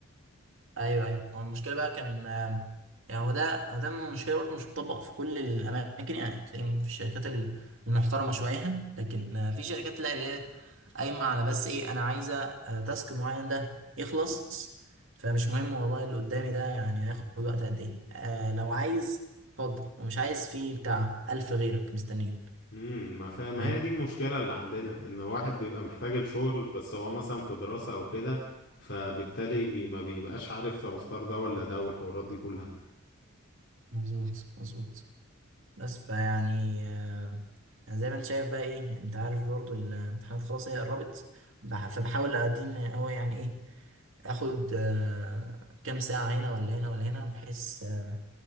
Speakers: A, on the right; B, on the left.
A: ايوه ايوه هو المشكله بقى كان آم، يعني هو ده هو ده المشكله برضه مش بتطبق في كل الاماكن يعني تلاقي في الشركات ال- المحترمه شويه لكن آه، في شركات لا اللي هي قايمه على بس ايه انا عايزه آه، تاسك معين ده يخلص فمش مهم والله اللي قدامي ده يعني هياخد وقت قد ايه آه لو عايز اتفضل ومش عايز في بتاع ألف غيرك مستنيين
B: امم ما, ف... ما
A: فاهم
B: هي دي المشكلة اللي عندنا ان واحد بيبقى محتاج الشغل بس هو مثلا في دراسة او كده فبالتالي بي... ما بيبقاش عارف طب اختار ده ولا ده والحوارات دي كلها
A: مظبوط مظبوط بس فيعني آه، يعني زي ما انت شايف بقى ايه يعني انت عارف برضو الامتحانات خلاص هي قربت بح- فبحاول ادين هو يعني ايه اخد آه، كام ساعة هنا ولا هنا ولا هنا بحيث آه،